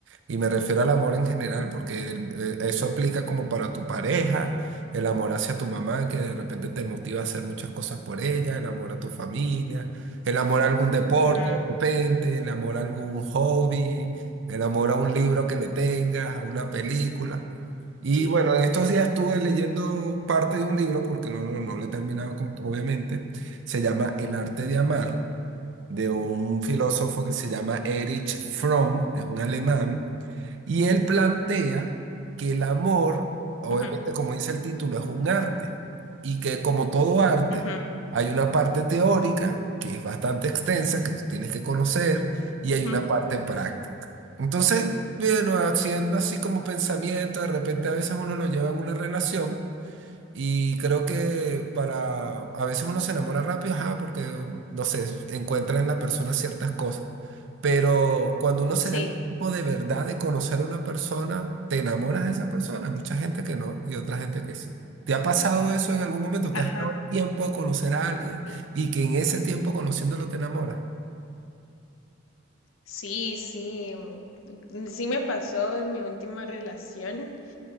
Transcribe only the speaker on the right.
Y me refiero al amor en general, porque el- eh, eso aplica como para tu pareja, el amor hacia tu mamá, que de repente te motiva a hacer muchas cosas por ella, el amor a tu familia, el amor a algún deporte
de repente, el amor a algún hobby, el amor a un libro que le tengas, a una película. Y
bueno, en estos días estuve leyendo parte de un libro, porque no, no, no lo he terminado, com- obviamente, se llama El arte de amar de un filósofo que se llama Erich Fromm, es un alemán, y él plantea que el amor, obviamente
como dice el título, es un arte y que como todo arte
hay una parte teórica que es bastante extensa, que tú tienes que conocer, y
hay una parte práctica. Entonces, bueno, haciendo así como pensamiento, de repente a veces uno lo lleva en una relación. Y creo que para, a veces uno se enamora rápido, ajá, porque, no sé, encuentra en la persona ciertas cosas. Pero cuando uno se
da el tiempo de verdad de conocer a una persona, te enamoras de esa persona. Hay mucha gente que no y otra gente que sí. ¿Te ha pasado eso en algún momento? ¿Te
has dado el tiempo de conocer a alguien
y que en ese tiempo conociéndolo te enamoras?